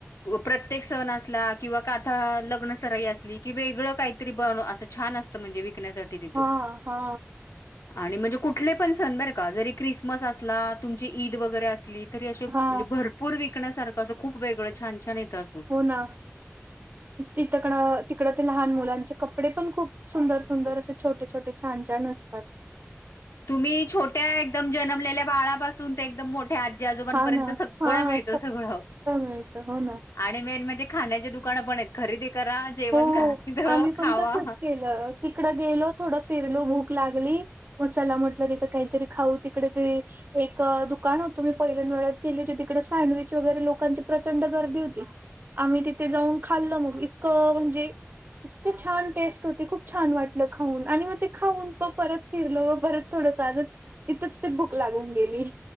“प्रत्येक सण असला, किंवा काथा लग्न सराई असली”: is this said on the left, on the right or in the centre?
Left